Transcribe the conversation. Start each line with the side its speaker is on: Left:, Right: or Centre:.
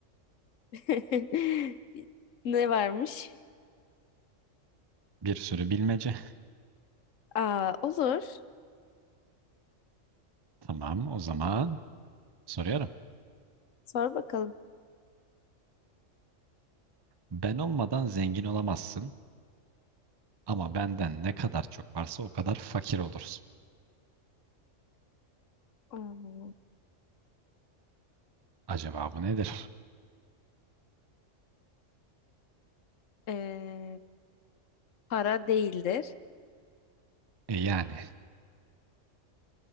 Left: <laughs> Ne varmış?
Right: Bir sürü bilmece.
Left: Aa, olur.
Right: Tamam, o zaman soruyorum.
Left: Sor bakalım.
Right: Ben olmadan zengin olamazsın ama benden ne kadar çok varsa o kadar fakir olursun.
Left: Aa,
Right: Acaba bu nedir?
Left: ee, para değildir.
Right: E yani,